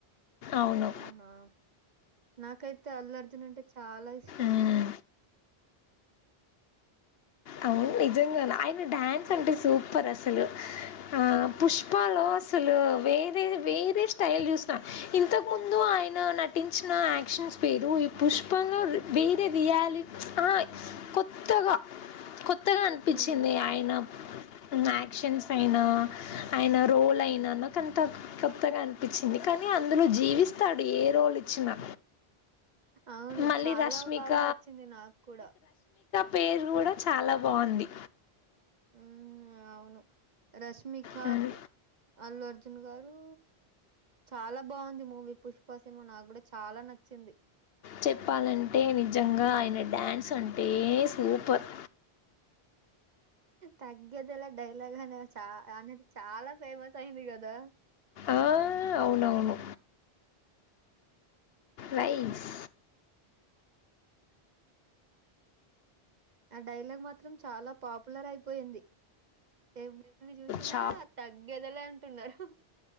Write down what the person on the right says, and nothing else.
అవునా నాకైతే అల్లర్జునంటే చాలా ఇష్టం
ఆ!
హ్మ్.
అవును
చాలా
బాగా నచ్చింది నాకు కూడా
ఉ అవును రష్మిక
అల్లు అర్జున్ గారు చాలా బాగుంది మూవీ పుష్ప సినిమా నాకు కూడా చాలా నచ్చింది
తగ్గదల డైలాగ్ అనే చ అనేది చాలా ఫేమస్ అయింది కదా
ఆ డైలాగ్ మాత్రం చాలా పాపులర్ అయిపోయింది అ చూసినా
తగ్గదలే అంటున్నారు